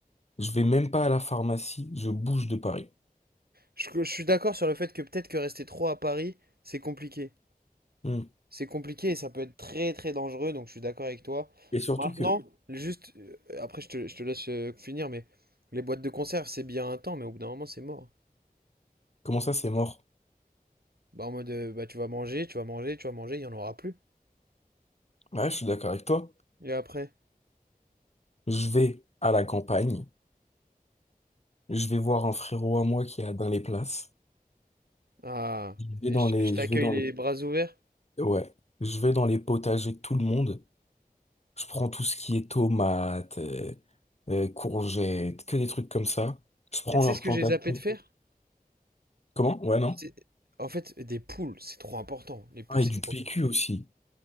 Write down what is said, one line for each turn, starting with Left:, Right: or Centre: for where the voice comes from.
Left: Je vais même pas à la pharmacie. Je bouge de Paris.
Right: Je, je suis d'accord sur le fait que peut-être que rester trop à Paris, c'est compliqué.
Left: Hmm.
Right: C'est compliqué et ça peut être très très dangereux, donc je suis d'accord avec toi.
Left: Et surtout
Right: Maintenant,
Left: que,
Right: juste, euh, après je te, je te laisse euh, finir, mais les boîtes de conserve, c'est bien un temps, mais au bout d'un moment, c'est mort.
Left: comment ça, c'est mort?
Right: Bah, en mode, euh, bah, tu vas manger, tu vas manger, tu vas manger, il n'y en aura plus.
Left: Ouais, je suis d'accord avec toi.
Right: Et après,
Left: Je vais à la campagne. Je vais voir un frérot à moi qui a dans les places.
Right: ah,
Left: Je
Right: et
Left: vais dans
Right: je,
Left: les,
Right: je t'accueille
Left: je vais dans
Right: les bras ouverts.
Left: les, ouais, je vais dans les potagers de tout le monde. Je prends tout ce qui est tomates, euh, euh, courgettes, que des trucs comme ça. Je prends
Right: Et tu
Left: leurs
Right: sais ce que
Left: plantations.
Right: j'ai zappé de faire?
Left: Comment? Ouais, non?
Right: C'est- En fait, des poules, c'est trop important. Les poules,
Left: Ah,
Right: c'est
Left: et du
Right: trop
Left: PQ aussi.